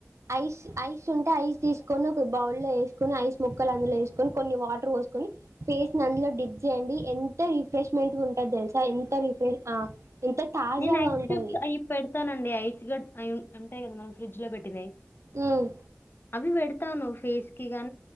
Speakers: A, on the right; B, on the left.
A: ఐస్ ఐస్ ఉంటే ఐస్ తీసుకొని ఒక బౌల్ లో వేసుకొని ఐస్ ముక్కలు అందులో వేసుకొని కొన్ని వాటర్ పోసుకొని ఫేస్ ని అందులో డిప్ చేయండి, ఎంత రిఫ్రెష్మెంట్ ఉంటుంది తెలుసా ఎంత రిఫ్రెష్ ఎంత తాజాగా
B: నేను ఐస్
A: ఉంటది
B: క్యూబ్స్ అవి పెడతానండి ఐస్ గడ్ అయి ఉంటాయి కదా మనం ఫ్రిడ్జ్ లో పెట్టినయి
A: ఉమ్,
B: అవి వెడు తాను ఫేస్కి కాన్